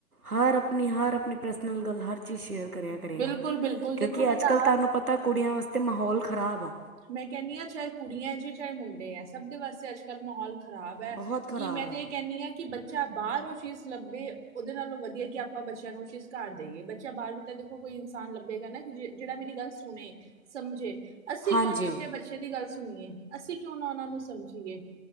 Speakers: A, on the right (about 85°); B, on the right (about 55°).
A: ਹਰ! ਆਪਣੀ ਹਰ ਆਪਣੀ ਪਰਸਨਲ ਗੱਲ ਹਰ ਚੀਜ਼ ਸ਼ੇਅਰ ਕਰਿਆ
B: ਬਿਲਕੁਲ-ਬਿਲਕੁਲ
A: ਕਰੇਗਾ ਕਿਉਂਕਿ
B: ਦੇਖੋ ਮੈਂ
A: ਅੱਜ
B: ਤਾਂ
A: ਕੱਲ੍ਹ ਤੁਹਾਨੂੰ
B: ਆਪ
A: ਪਤਾ ਕੁੜੀਆਂ ਵਾਸਤੇ ਮਾਹੌਲ ਖ਼ਰਾਬ ਆ
B: ਮੈਂ ਕਹਿੰਦੀ ਹਾਂ ਚਾਹੇ ਕੁੜੀਆਂ ਜੀ, ਚਾਹੇ ਮੁੰਡੇ ਹੈ, ਸਭ ਦੇ ਵਾਸਤੇ ਅੱਜ ਕੱਲ੍ਹ ਮਾਹੌਲ ਖ਼ਰਾਬ ਹੈ
A: ਬਹੁਤ ਖਰਾਬ
B: ਕਿ ਮੈਂ
A: ਹੈ
B: ਤੇ ਇਹ ਕਹਿੰਦੀ ਹਾਂ ਕਿ ਬੱਚਾ ਬਾਹਰ ਉਹ ਚੀਜ਼ ਲੱਭੇ ਉਹਦੇ ਨਾਲੋਂ ਵਧੀਆ ਕਿ ਆਪਾਂ ਬੱਚਿਆਂ ਨੂੰ ਉਹ ਚੀਜ਼ ਘਰ ਦੇਈਏ ਬੱਚਾ ਬਾਹਰ ਵੀ ਤਾਂ ਦੇਖੋ ਕੋਈ ਇਨਸਾਨ ਲੱਭ ਬੇਗਾਣਾ ਕਿ ਜਿਹੜਾ ਮੇਰੀ ਗੱਲ ਸੁਣੇ ਸਮਝੇ। ਅਸੀਂ
A: ਹਾਂਜੀ
B: ਕਿਉਂ ਨਹੀਂ ਆਪਣੇ ਬੱਚੇ ਦੀ ਗੱਲ ਸੁਣੀਏ ਅਸੀਂ ਕਿਉਂ ਨਾ ਉਹਨਾਂ ਨੂੰ ਸਮਝੀਏ।